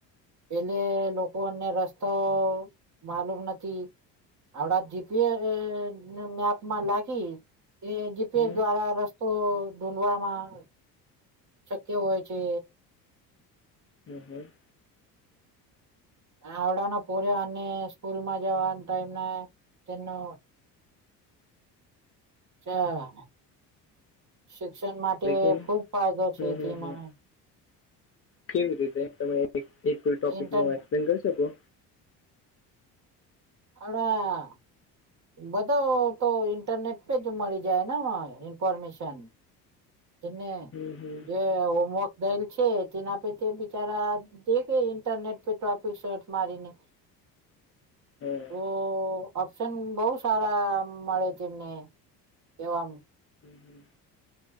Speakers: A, on the right; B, on the left.
A: પેલે લોકોને રસ્તો માલુમ નથી. આપડા જીપે અ મેપમાં લાગી, એ જીપેસ
B: હમ
A: દ્વારા રસ તો ઢૂઢવાવામાં શક્ય હોય છે.
B: હ હ. <inaudible>
A: આવડાનો પર્યો અને સ્કૂલમાં જવા ટાઈમેં, તેમનો
B: <inaudible>
A: ચા. શિક્ષણ માટે
B: લેકિન
A: ખુબ ફાયદો છે
B: હમ હમ
A: તેમાંન.
B: હમ કેવી રીતે તમે એક કો ટોપિક
A: ઇન્ટર
B: નું એક્સપ્લેન કરી શકો?
A: આવડા. બધા તો ઇન્ટરનેટ પેજ મળી જાય ને ઇન્ફોર્મેશન. તેમને
B: હમ, હમ.
A: જે હોમવર્ક બેલ છે. તેના પરે તે બિચારા દેખે ઇન્ટરનેટ પે ટ્રોફિક શર્ટ મારીને.
B: હા.
A: ઓ ઓપ્શન બહુ સારા મળે છે એમને, કેવામ.
B: હમ હમ.